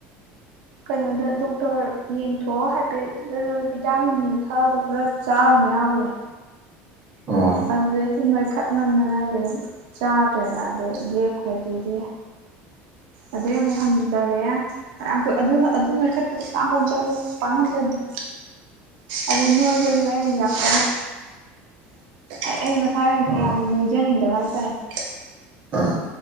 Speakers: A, on the right (about 75°); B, on the right (about 25°).
A: ꯀꯩꯅꯣꯗ ꯗꯣꯛꯇꯔ ꯌꯦꯡꯊꯣꯛꯑꯥꯒ ꯍꯥꯏꯐꯦꯠ <unintelligible> ꯚꯤꯇꯥꯃꯤꯟ ꯊꯛꯑꯥꯒ ꯈꯔ ꯆꯥꯕ ꯌꯥꯎꯈꯔꯦ
B: ꯑꯣ
A: ꯑꯗꯨꯗꯒꯤ ꯅꯣꯏꯈꯠꯃꯟꯗꯅ ꯑꯗꯨꯏꯗꯤ ꯆꯥꯗ꯭ꯔꯦꯅ ꯑꯗꯨꯗꯩꯩ ꯂꯦꯞꯈ꯭ꯔꯦ ꯑꯗꯨꯏꯗꯩꯗꯤ ꯑꯗꯨꯏ ꯑꯃꯨꯛ ꯍꯟꯊꯔꯦ ꯐꯅꯌꯥꯝ ꯀꯨꯢ ꯑꯗꯨ ꯑꯗꯨ ꯅꯣꯏꯈꯠꯄꯗꯣ ꯐꯅꯌꯥꯝ ꯀꯨꯏꯅ ꯆꯠꯂꯤꯍꯦ ꯄꯥꯛ ꯍꯟꯗꯗꯦ ꯑꯗꯨ ꯅꯣꯏꯕꯗꯨꯁꯨ ꯑꯩꯅ ꯌꯥꯝ ꯀꯟꯅ ꯑꯩ ꯑꯩ ꯃꯁꯥ ꯑꯣꯏꯅ
B: ꯑꯣ
A: ꯌꯥꯝ ꯅꯣꯏꯖꯅꯤꯡꯗꯕ ꯍꯥꯏꯇꯥꯔꯦ
B: ꯑꯥ